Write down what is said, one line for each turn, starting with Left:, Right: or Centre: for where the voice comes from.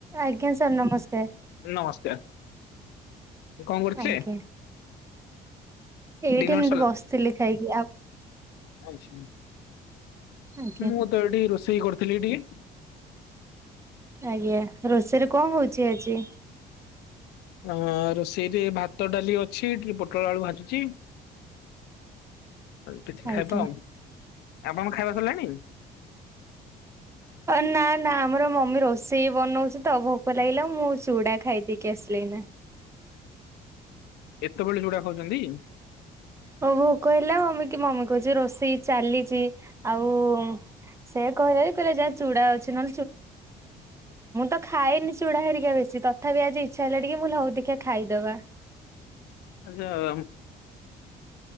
Right: ଆଜ୍ଞା ସାର୍ ନମସ୍କାର।
Left: ନମସ୍କାର କଣ କରୁଥିଲେ?
Right: ଆଜ୍ଞା ଏଇଠି
Left: ଡିନର
Right: ଏତି ବସିଥିଲି ଖାଇକି ଆଉ
Left: ଖାଙ୍କ କ
Right: ଆଜ୍ଞା
Left: ମୁଁ ତ, ଏଠି ରୋଷେଇ କରିଥିଲି ଟିକେ
Right: ଆଜ୍ଞା ରୋଷେଇରେ କଆଁହଉଛି ଆଜି
Left: ଅ ରୋଷେଇରେ ଭାତ ଡାଲି ଅଛି ଟିକେ ପୋଟଳ ଆଳୁ ଭାଜୁଛି କିଛି ଖାଇବା
Right: ଆଜ୍ଞା।
Left: ଆଉ ଆପଣ ଖାଇବା ସରିଲାଣି?
Right: ହ ନା ନା ଆମର ମମି ରୋଷେଇ ବନଉଛି ତ ଭୋକ ଲାଗିଲା ମୁଁ ଚୁଡା ଖାଇ ଦେଇେଇକି ଆସିଲି ନା
Left: ଏତେବେଳେ ଯୁଡ଼ା ଖାଉଛନ୍ତି? '
Right: ଓ ଭୋକ ହେଲା ଆଉ ଏମତି ମମି କହୁଛି ରୋଷେଇ ଚାଲିଛି ଆଉ ସେ କହିଲାକି ଯା ଚୁଡ଼ା ଅଛି ନ ତଥାି ଆ ଇ୍ଛା ହେଲାଣି କି ମୁଁ ଲ ହ ଦେଖା ଖାଇଦବା।
Left: ଆଚ୍ଛା ର୍ଟ